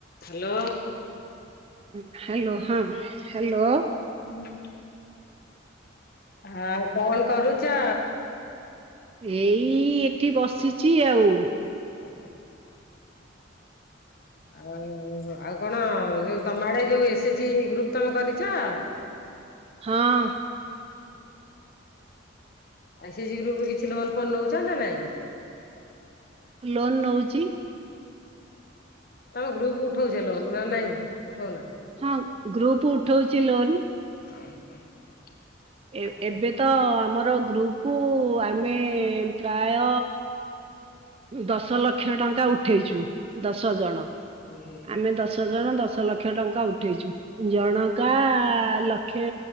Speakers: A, on the left (about 50°); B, on the right (about 30°).
A: Hello.
B: ହୁଁ hello, ହଁ hello.
A: <unintelligible> ହଁ ଆଉ କଲ କଣ କରୁଚ?
B: ଏଇ ଏଠି ବସିଛି ଆଉ।
A: ଓ ହୁଁ। ଆଉ ଆଉ କଣ ଯୋଉ ତମ ଆଡେ ଯୋଉ ଏସ୍ ଜି ଗ୍ରୁପ୍ ତମେ କରିଛ?
B: ହଁ।
A: ଏସିଜି ଗ୍ରୁପ୍ ରୁ କିଛି ଲୋନ ଫୋନ ନଉଛ ନା ନାଇଁ?
B: ଲୋନ୍ ନଉଛି।
A: ତମ ଗ୍ରୁପ୍ ଉଠଉଛ ଲୋନ୍ ନା ନାଇଁ ଉଠଉନା?
B: ହଁ ଗ୍ରୁପ୍ ଉଠଉଛି ଲୋନ୍।
A: <unintelligible>
B: ଏ
A: ଓହୋ।
B: ଏବେ ତ ଆମର ଗ୍ରୁପ୍ ଆମେ ପ୍ରାୟ ଦଶ ଲକ୍ଷ ଟଙ୍କା ଉଠେଇଛୁ, ଦଶ ଜଣ।
A: ହୁଁ ହୁଁ
B: ଆମେ ଦଶ ଦଶ ଜଣ ଦଶ ଲକ୍ଷ ଟଙ୍କା ଉଠେଇଛୁ। ଜଣକା ଲକ୍ଷେ